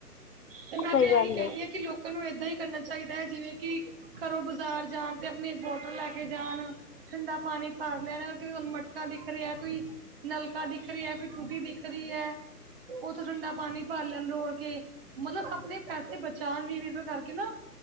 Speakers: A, on the right (about 35°); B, on the left (about 65°).
A: ਤੇ ਮੈਂ
B: ਸਹੀ
A: ਤੇ
B: ਗੱਲ
A: ਇਹੀ ਕਹਿਦੀ
B: ਏ,
A: ਹਾਂ, ਕਿ ਲੋਕਾਂ ਨੂੰ ਏਦਾਂ ਹੀ ਕਰਨਾ ਚਾਹੀਦਾ ਹੈ। ਜਿਵੇਂ ਕਿ ਘਰੋਂ ਬਾਜ਼ਾਰ ਜਾਣ ਤੇ ਆਪਣੀ ਇੱਕ ਬੋਟਲ ਲੈ ਕੇ ਜਾਣ। ਠੰਡਾ ਪਾਣੀ ਪਰ ਲੈਣ ਨੇ, ਤੁਨੂੰ ਮਟਕਾ ਦਿਖ ਰਿਹਾ ਕੋਈ। ਨਲਕਾ ਦਿਖ ਰਿਹਾ ਹੈ, ਕੋਈ ਟੂਟੀ ਦਿਖ ਰਹੀ ਹੈ, ਉਥੋਂ ਠੰਡਾ ਪਾਣੀ ਭਰ ਲੈਣ ਰੋੜ ਕੇ। ਮਤਲਬ ਆਪਣੇ ਪੈਸੇ ਬਚਾਉਣ ਵੀ ਵੀਹ ਵੀਹ ਕਰਕੇ ਨਾ,